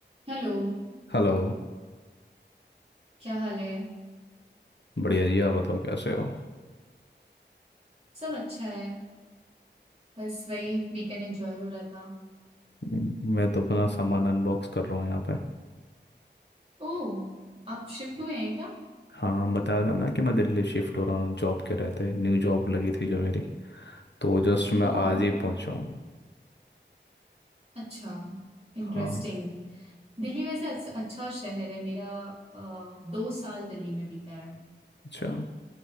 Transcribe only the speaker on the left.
Hello
बढ़िया जी आप बताओ कैसे हो
हम्म, मैं तो अपना सामान अनबॉक्स कर रहा हूँ यहाँ पे
हाँ बताया था ना कि मैं दिल्ली शिफ्ट हो रहा हूँ जॉब के रहते न्यू जॉब लगी थी जो मेरी तो जस्ट मैं
आज ही पहुँचा हूँ
हाँ
अच्छा